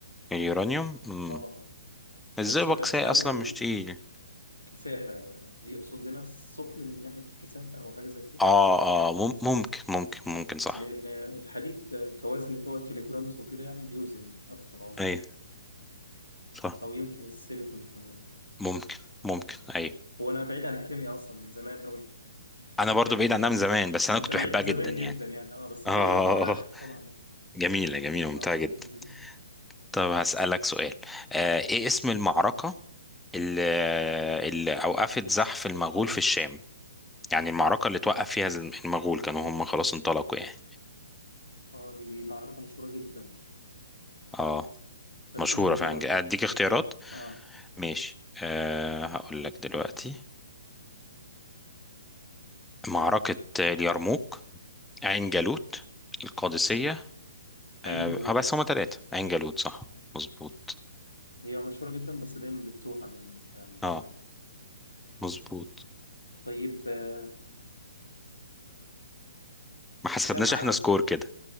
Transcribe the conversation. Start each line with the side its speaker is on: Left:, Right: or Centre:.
Centre: اليورانيوم مم.
Left: اه
Centre: الزئبق
Left: بس غ-
Centre: ساي
Left: غالبا
Centre: اصلا مش تقيل
Left: كثافة يقصد هنا الثقل من ناحية الكثافة أو حاجة زي كده
Centre: اه اه مم- ممكن ممكن ممكن صح
Left: لأن الحديد كوزن هو الكيلوجرامز وكده يعني بيوزن أكتر عنصر
Centre: ايوه صح
Left: أو يمكن السيليكون كمان
Centre: ممكن ممكن ايوه
Left: هو أنا بعيد عن الكيمياء أصلا من زمان أوي
Centre: انا برضو
Left: كان
Centre: بعيد عنها من زمان بس انا
Left: أنت
Centre: كنت
Left: بعيد
Centre: بحبها
Left: زمان
Centre: جدا يعني
Left: جدا يعني أه بس الكيمياء
Centre: اه
Left: طبعا عشق
Centre: <laughs>
Left: طبعا أه
Centre: جميلة جميلة ممتعة
Left: آه،
Centre: جدا
Left: جميلة جدا
Centre: طب هسألك سؤال آه ايه اسم المعركة اللي, اللي اوقفت زحف المغول في الشام يعني المعركة اللي توقف فيها الم- المغول كانوا هم خلاص انطلقوا يعني
Left: أه دي معركة مشهورة جدا
Centre: اه
Left: طب
Centre: مشهورة
Left: اديني اختيارات
Centre: فعلا اديك اختيارات
Left: أه أه
Centre: ماشي آه هقول لك دلوقتي معركة اليرموك عين جالوت القادسية
Left: عند
Centre: آه
Left: الوقت
Centre: بس هما ثلاثة عين جالوت صح مظبوط
Left: هي مشهورة جدا بس دايما بتتوه عن عن الدماغ
Centre: اه مظبوط
Left: طيب آه،
Centre: ما حسبناش
Left: كم عدد
Centre: احنا سكور كده